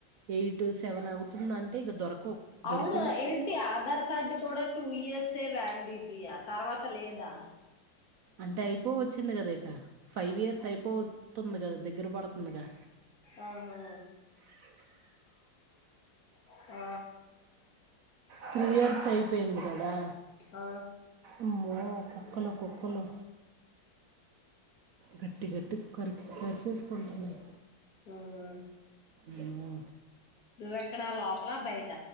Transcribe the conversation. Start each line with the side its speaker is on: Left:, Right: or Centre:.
Right: ఎయిట్ సెవెన్ అవుతుందంటే ఇక దొరక కు ధోరుక్
Left: అవును ఏంటి ఆధార్ కార్డు కూడా టూ ఇయర్స్ వే వ్యాలిడిటీయా తర్వాత లేదా
Right: అంటే అయిపో వచ్చింది కదా ఇక ఫైవ్ ఇయర్స్ అయిపో వతుంది కదా దగ్గర పడుతుందిగా
Left: ఆహా ఆ
Right: త్రీ ఇయర్స్ అయిపోయింది కదా
Left: ఆ
Right: అమ్మో కుక్కలు కుక్కలు గట్టి గట్టి కరిక్ కరిసేసుకుంటన్నాయి
Left: ఆహా
Right: వామ్మో
Left: నువ్వెక్కడ లోపల బయట